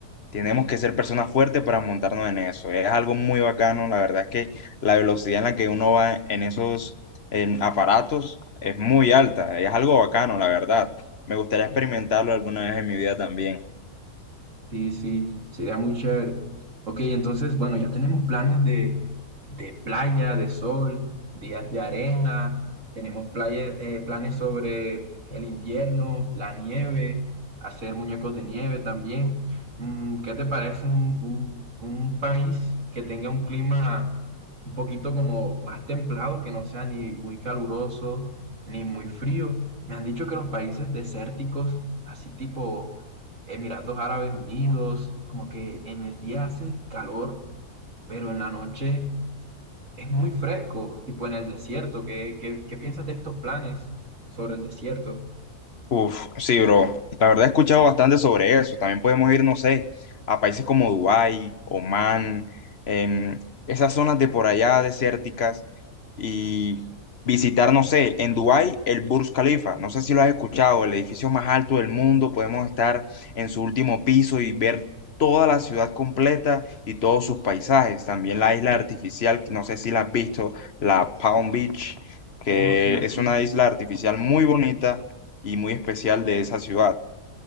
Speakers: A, on the left; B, on the right.
A: Tenemos que ser personas fuertes para montarnos en eso. Es algo muy bacano. La verdad es que la velocidad en la que uno va en esos en aparatos es muy alta. Es algo bacano, la verdad. Me gustaría experimentarlo alguna vez en mi vida también.
B: Sí, sí, sería muy chévere. Ok, entonces, bueno, ya tenemos planes de, de playa, de sol, días de arena, tenemos playa- eh, planes sobre el invierno, la nieve, hacer muñecos de nieve también. Mm, ¿qué te parece un, un- un país que tenga un clima un poquito como más templado, que no sea ni muy caluroso ni muy frío? Me han dicho que los países desérticos, así tipo... Emiratos Árabes Unidos, como que en el día hace calor, pero en la noche es muy fresco, tipo en el desierto. ¿Qué, qué, qué piensas de estos planes sobre el desierto?
A: Uf, sí, bro. La verdad he escuchado bastante sobre eso. También podemos ir, no sé, a países como Dubái, Omán em, esas zonas de por allá desérticas y visitar, no sé, en Dubái el Burj Khalifa. No sé si lo has escuchado, el edificio más alto del mundo. Podemos estar en su último piso y ver toda la ciudad completa y todos sus paisajes. También la isla artificial, no sé si la has visto, la Palm Beach, que
B: Oh, sí, sí.
A: es una isla artificial muy bonita y muy especial de esa ciudad.